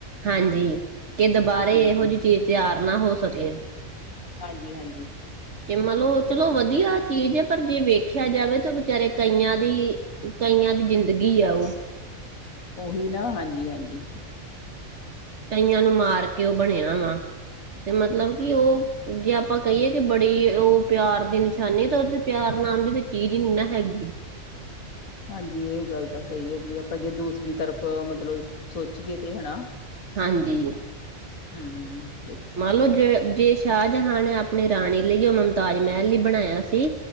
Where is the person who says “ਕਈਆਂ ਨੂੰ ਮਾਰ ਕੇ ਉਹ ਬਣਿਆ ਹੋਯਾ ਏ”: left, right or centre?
Right